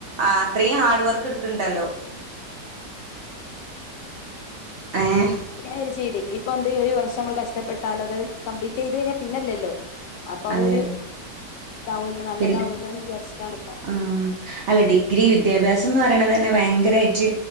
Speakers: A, on the right (about 60°); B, on the left (about 85°).
A: ആ അത്രയും ഹാർഡ് വർക്ക് എടുക്കുണ്ടല്ലോ ഏഹ്
B: ഉം പിന്നെഞാൻ പഠിച്ച ഡിഗ്രി ഇപ്പൊ എന്ത ഈ ഒരു വർഷം നമ്മൾ കഷ്ടപെട്ടാലത് കംപ്ലീറ്റ് ചെയ്ത് കഴിഞ്ഞാ പിന്നല്ലല്ലോ അപ്പൊ ആ
A: അതെ
B: ഒരു
A: അതെ
B: ഇതാവല്ലോ നല്ലതാവല്ലോന്ന്
A: പിന്നെ
B: വിചാരിച്ചിട്ടാണ് ഇപ്പം
A: ആഹ് അല്ല ഡിഗ്രി വിദ്യാഭ്യാസംന്ന് പറയണ തന്നെ ഭയങ്കരമായിട്ട്